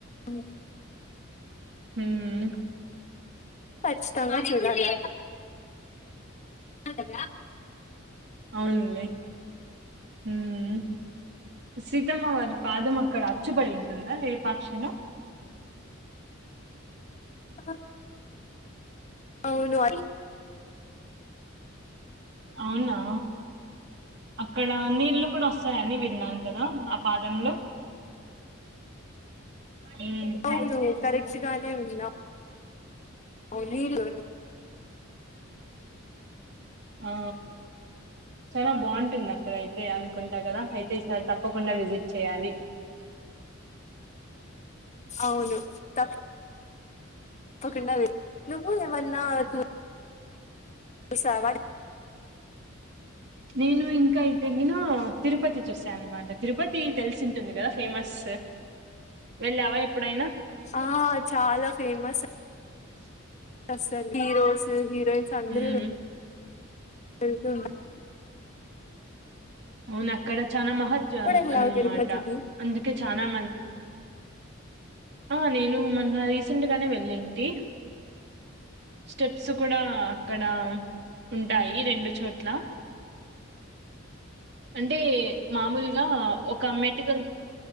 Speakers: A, on the left (about 35°); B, on the right (about 60°).
A: అ
B: హ్మ్మ్
A: కచ్చితంగాచూడాలి ంటద
B: అవునులే. ఉమ్మ్ సీతమ్మ వారి పాదం అక్కడ అచ్చుపడి ఉంటుందా లేపాక్షిలో
A: ఆ అవును
B: అవునా అక్కడ నీళ్లు కూడా వస్తాయని విన్నాను కదా ఆ పాదంలో ఉమ్
A: అవును కరెక్ట్గానే విన్నా అవును నీళ్ళు
B: ఆ చాలా బాగుంటుంది అక్కడ అయితే అనుకుంటా కదా అయితే ఈసారి తప్పకుండా విజిట్ చేయాలి
A: అవును తప్పు ఒకవ నువ్వు నిమన్నా చూ చూసావా
B: నేను ఇంకా ఎం తరిగిన తిరుపతి చూసాను అనమాట తిరుపతి తెలిసి ఉంటుంది కదా ఫేమస్ వెళ్ళావా ఎప్పుడైనా
A: ఆ చాలా ఫేమస్
B: స్
A: స హీరోస్ హీరోయిన్స్ అందరూ
B: ఉమ్
A: వెళ్తుండాలి
B: అవును అక్కడ చనా మహత్వం
A: ఎప్పుడు వెళ్ళావు
B: అన్నమాట
A: తిరుపతికి
B: అందుకే చనా మంది ఆ నేను మొన్న రీసెంట్ నే వెళ్ళేంటి స్టెప్స్ కూడా అక్కడ ఉంటాయి రెండు చోట్ల అంటే మామూలుగా ఒక మెటికల్